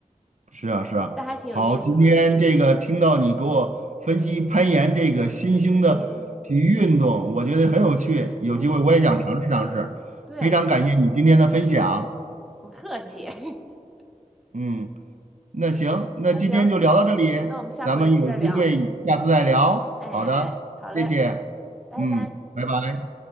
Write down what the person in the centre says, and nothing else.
但还挺有意思的，
嗯
嗯，对，
不客气，<laughs>
那行，那我们下回再聊。
哎哎哎，
好嘞，
拜拜。